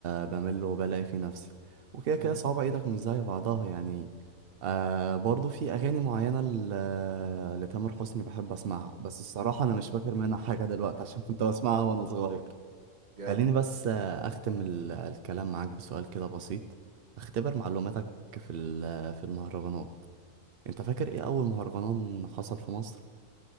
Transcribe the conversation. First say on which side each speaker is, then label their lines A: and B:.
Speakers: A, on the right; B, on the right.
A: ب- بمل وبلاقي فيه نفسي وكده
B: امم
A: كده صوابع ايدك مش زي بعضها يعني آه برضو في اغاني معينه ل- لتامر حسني بحب اسمعها بس الصراحه انا مش فاكر منها حاجه دلوقتي عشان كنت بسمعها وانا صغير
B: جامد
A: خليني بس آه، اختم ال- الكلام معاك بسؤال كده بسيط اختبر
B: مم.
A: معلوماتك في ال- في المهرجانات انت فاكر ايه اول مهرجان حصل في مصر